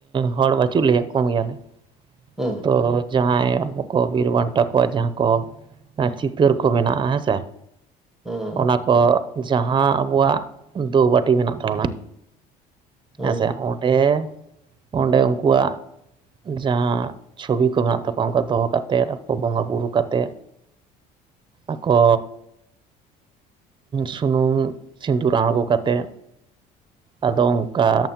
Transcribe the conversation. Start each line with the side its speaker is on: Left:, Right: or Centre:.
Right: ᱦᱚᱲ ᱵᱟᱪᱩᱜ ᱞᱮᱭᱟ ᱠᱚᱢ ᱜᱮᱭᱟᱞᱮ
Centre: ᱦᱮᱸ
Right: ᱛᱚ ᱡᱟᱦᱟᱸᱭ ᱟᱵᱚ ᱠᱚ ᱵᱤᱨ ᱵᱟᱱᱴᱟ ᱠᱚᱣᱟ ᱡᱟᱦᱟᱸ ᱠᱚ ᱪᱤᱛᱟᱹᱨ ᱠᱚ ᱢᱮᱱᱟᱜᱼᱟ ᱦᱮᱸ ᱥᱮ
Centre: ᱦᱩᱸ
Right: ᱚᱱᱟ ᱠᱚ ᱡᱟᱦᱟᱸ ᱟᱵᱚᱣᱟᱜ ᱫᱳᱣᱵᱟᱹᱴᱤ ᱢᱮᱱᱟᱜ ᱛᱟᱵᱚᱱᱟ
Centre: ᱦᱩᱸ
Right: ᱦᱮᱸ ᱥᱮ ᱚᱸᱰᱮ ᱚᱸᱰᱮ ᱩᱱᱠᱩᱣᱟᱜ ᱡᱟᱦᱟᱸ ᱪᱷᱚᱵᱤ ᱠᱚ ᱢᱮᱱᱟᱜ ᱛᱟᱠᱚᱣᱟ ᱚᱱᱠᱟ ᱫᱚᱦᱚ ᱠᱟᱛᱮᱫ ᱟᱠᱚ ᱵᱚᱸᱜᱟ ᱵᱳᱨᱳ ᱠᱟᱛᱮᱫ ᱟᱠᱚ ᱥᱩᱱᱩᱢ ᱥᱤᱫᱩᱨ ᱟᱬᱜᱚ ᱠᱟᱛᱮᱜ ᱟᱫᱚ ᱚᱱᱠᱟ